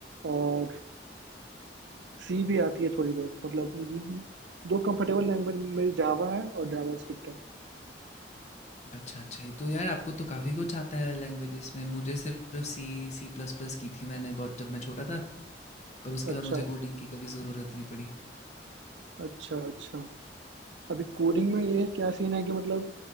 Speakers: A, on the right (about 75°); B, on the left (about 40°).
A: और सी भी आती है थोड़ी बहुत मतलब दो कंफर्टेबल लैंग्वेज मेरी जावा है और जावास्क्रिप्ट है
B: अच्छा अच्छा ये तो यार आपको तो काफ़ी कुछ आता है लैंग्वेजेस में मुझे सिर्फ सी सी प्लस प्लस की थी मैंने बहुत जब मैं छोटा था पर उसके
A: अच्छा
B: बाद मुझे
A: अच्छा
B: कोडिंग की कभी ज़रूरत नहीं पड़ी
A: अच्छा अच्छा अभी कोडिंग में ये क्या सीन है कि मतलब